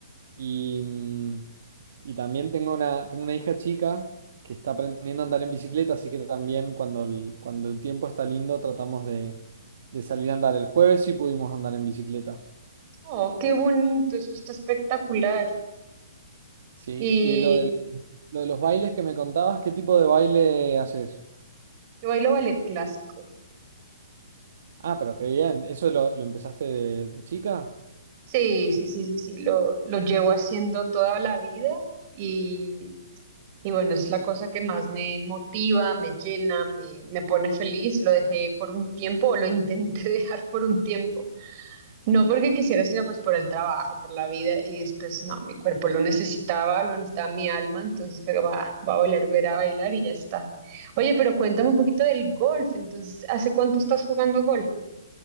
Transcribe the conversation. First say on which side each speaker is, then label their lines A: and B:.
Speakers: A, on the right (about 60°); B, on the right (about 35°).
A: Y, mm, y también tengo una, tengo una hija chica que está aprendiendo a andar en bicicleta, así que también cuando el, cuando el tiempo está lindo tratamos de, de salir a andar. El jueves sí pudimos andar en bicicleta,
B: Oh, qué bonito, eso está espectacular.
A: ¿sí?
B: Y
A: Y lo del- lo de los bailes que me contabas, ¿qué tipo de baile haces?
B: yo bailo ballet clásico.
A: Ah, pero qué bien, ¿eso lo, lo empezaste de, de chica?
B: Sí, sí, sí, sí, sí, lo, lo llevo haciendo toda la vida y, y bueno, es la cosa que más me motiva, me llena, me, me pone feliz. Lo dejé por un tiempo o lo intenté <laughs> dejar por un tiempo. No porque quisiera, sino pues por el trabajo, por la vida y después no, mi cuerpo lo necesitaba, lo necesitaba mi alma, entonces fue como, "Ah, va a volver a ver a bailar y ya está. Oye, pero cuéntame un poquito del golf, entonces, ¿hace cuánto estás jugando golf?